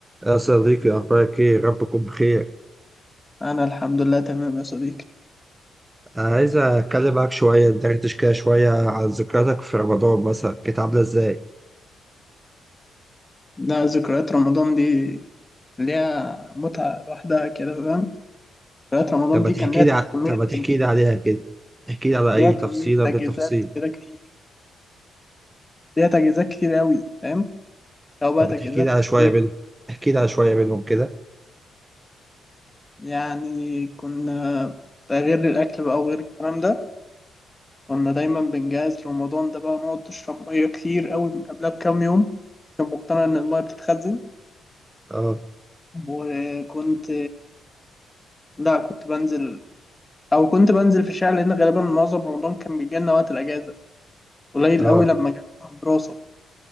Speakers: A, on the right; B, on the left.
A: يا صديقي أخبارك إيه؟ ربكم بخير،
B: أنا الحمد لله تمام يا صديقي
A: أنا عايز أتكلم معاك شوية ندردش كده شوية عن ذكرياتك في رمضان مثلا، كانت عاملة إزاي؟
B: ده ذكريات رمضان دي ليها متعة لوحدها كده فاهم ذكريات رمضان
A: طب ما
B: دي
A: تحكي
B: كان ليها
A: لي ع...
B: كمية
A: طب ما تحكي
B: تج-
A: لي عليها كده، احكي لي على أي
B: ليها كمية
A: تفصيلة
B: تجهيزات
A: من التفاصيل،
B: كده كتير ليها تجهيزات كتير أوي فاهم لو بقى
A: طب ما
B: تجهيزات
A: تحكي لي على
B: في
A: شوية
B: البيت
A: منهم، احكي لي على شوية منهم كده،
B: يعني كنا ده غير الأكل بقى وغير الكلام ده كنا دايما بنجهز رمضان ده بقى نقعد نشرب مية كتير أوي من قبلها بكام يوم كنت مقتنع إن المية بتتخزن
A: آه
B: وكنت لا كنت بنزل او كنت بنزل في الشارع لان غالبا معظم رمضان كان بيجي لنا وقت الاجازه قليل
A: آه
B: قوي لما كان في الدراسه